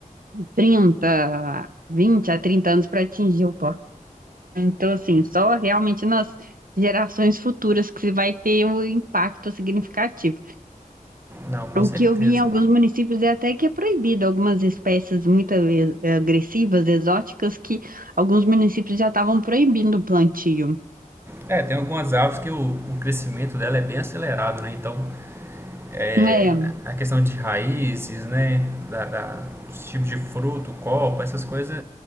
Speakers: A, on the right (about 75°); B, on the right (about 15°).
A: 30, 20 a 30 anos para atingir o pó. Então, assim, só realmente nas gerações futuras que se vai ter um impacto significativo.
B: Não, com
A: O
B: certeza.
A: que eu vi em alguns municípios é até que é proibido algumas espécies muito eh, agressivas, exóticas, que alguns municípios já estavam proibindo o plantio.
B: É, tem algumas árvores que o, o crescimento dela é bem acelerado, né? Então, é,
A: É,
B: a questão de raízes, né? Da, da, dos tipos de fruto, copa, essas coisas